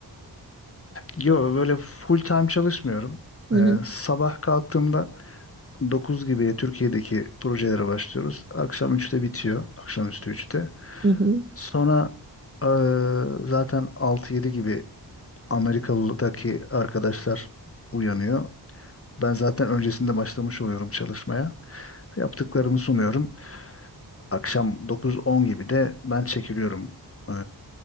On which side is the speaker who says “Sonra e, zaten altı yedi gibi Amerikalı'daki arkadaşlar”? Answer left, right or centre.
Left